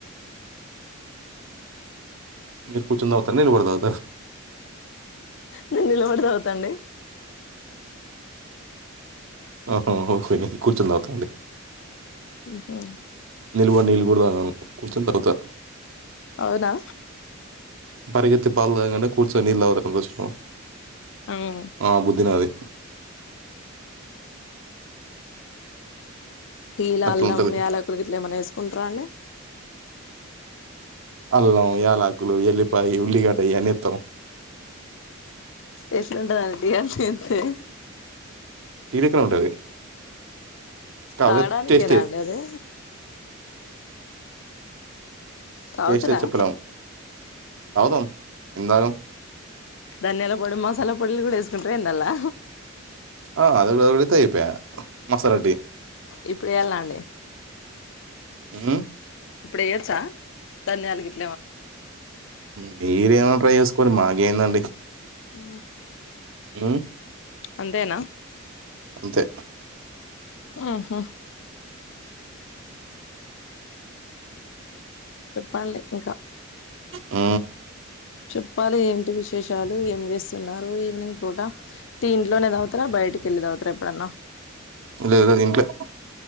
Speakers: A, on the right; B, on the left.
A: మీరు కూర్చుని తాగ్తరా నిలపడి తాగ్తరా
B: నేను నిలబడి తాగుతాండి
A: ఆహా హో కే కూర్చోని తవ్తామండి
B: హు హు
A: నిల్బడి నీళ్లు కూడా తాగాను కూర్చొని తాగుత
B: అవ్నా
A: పరిగెత్తి పాలు తాగేకంటే కూర్చోని నీళ్లు తాగడం బెస్టు
B: ఉమ్
A: ఆ బుద్ధి నాది
B: టీల
A: అట్లా
B: అల్లం
A: ఉంటది
B: యలకులు గిట్లా ఏమన్నా వేసుకుంటారా అండి
A: అల్లం యాలాకులు ఎల్లిపాయి ఉల్లిగడ ఈయన్ని ఎత్తాం
B: ఎట్లు ఉంటదండి అది ఇది
A: టీలెక్కనె ఉంటది కాకపోతే
B: తాడానికెనా
A: టేస్టే
B: అండి ఆది తాగుతారా
A: టేస్టే చెప్పలేము తాగుదాం ఎందాగం
B: ధన్యాల పొడి మసాలా పొడిలు కూడా ఏసుకుంటారా ఇందల్లా
A: ఆ అది కూడా తగుల్తే అయిపోయా మసాలా టి
B: ఇప్పుడు వెళ్ళండి
A: ఏ
B: ఇప్పుడు ఏయచ్చా ధన్యాలుగిట్ల
A: మీరు ఏమన్నా ట్రై చేసుకొండి మాకేందండి
B: ఊ
A: ఉమ్
B: అంతేనా
A: అంతే
B: ఆహా చెప్పాలి ఇంకా
A: ఊ
B: చెప్పాలి ఏంటి విశేషాలు ఏం చేస్తున్నారు. ఈవెనింగ్ పూట టీ ఇంట్లోనే తగుతారా బయ బయటికెళ్ళి తాగుతారా ఎప్పుడన్నా
A: లేదన్ ఇంట్లో